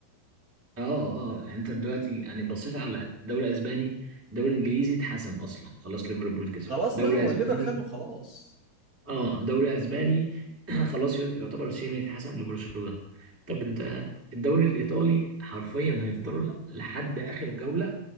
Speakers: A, in the centre; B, on the right.
A: اه اه يعني انت دلوقتي يعني بصيت على الدوري الاسباني الدوري الانجليزي اتحسم اصلا خلاص ليفربول كسبت
B: خلاص
A: دوري
B: بقى ما هو
A: اسباني
B: الليفر خده خلاص
A: اه دوري اسباني <clears throat> خلاص ي- يعتبر شبه اتحسم لبرشلونة طب انت الدوري الايطالي حرفيا هيفضلوا ل- لحد اخر جولة